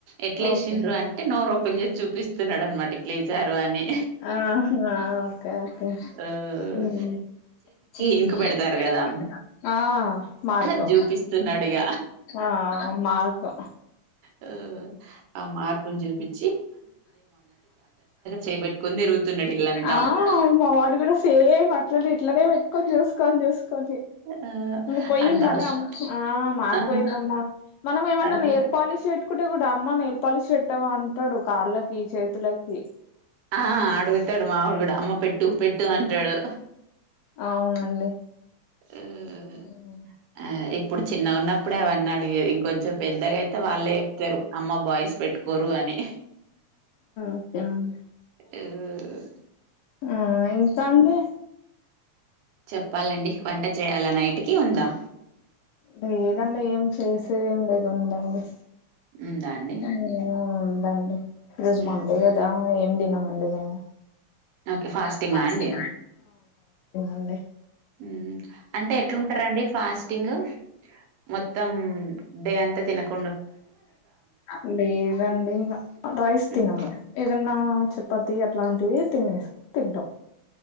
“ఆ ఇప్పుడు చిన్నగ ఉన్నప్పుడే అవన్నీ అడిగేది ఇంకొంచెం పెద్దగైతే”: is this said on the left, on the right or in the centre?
Right